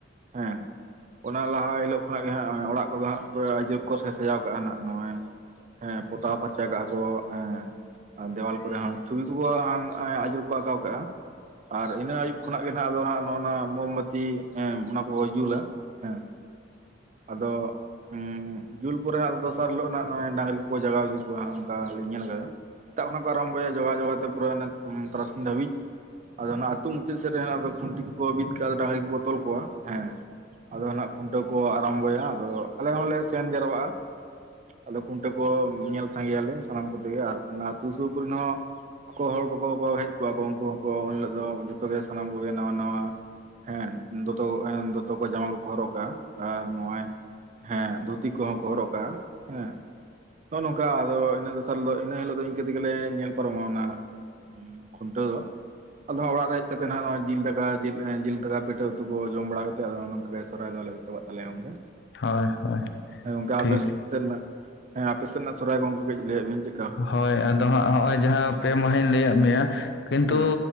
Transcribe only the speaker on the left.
ᱦᱳᱭ ᱦᱳᱭ
ᱴᱷᱤᱠ
ᱦᱳᱭ ᱟᱫᱚ ᱦᱟᱸᱜ ᱦᱚᱸᱜᱼᱚᱭ ᱡᱟᱦᱟᱸ ᱯᱮ ᱢᱟᱦᱟᱧ ᱞᱟᱹᱭᱟᱫ ᱢᱮᱭᱟ ᱠᱤᱱᱛᱩ